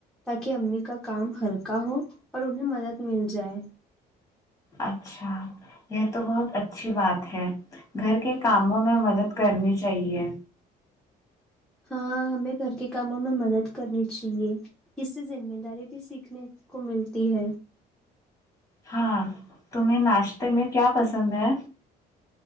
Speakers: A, in the centre; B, on the left.
A: تاکہ امی کا کام ہلکا ہو اور انہیں مدد مل جائے
B: اچھا یہ تو بہت اچھی بات ہے گھر کے کاموں میں مدد کرنی چاہیے
A: ہاں ہمیں گھر کے کاموں میں مدد کرنی چاہیے اس سے ذمہ داری بھی سیکھنے کو ملتی ہے
B: ہاں تمہیں ناش تے میں کیا پسند ہے